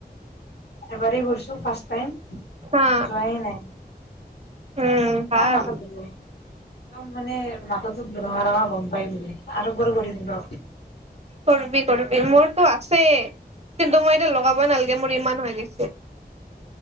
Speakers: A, on the left; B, on the right.
A: এবাৰেই ঘৰিছো ফাৰ্ষ টাইম
B: হা।
A: যোৱাই নাই
B: উম, ভাল
A: যোৱা মাহত বোলো একদম মানে মাথাটোো ৰঙা ৰঙা গম পাই ব আৰু এবাৰ কৰি দিম ৰ
B: কৰবি কৰবি মোৰতো আছেই কিন্তু মই এতিয়া লগাবই নালাগে মোৰ ইমান হৈ গৈছে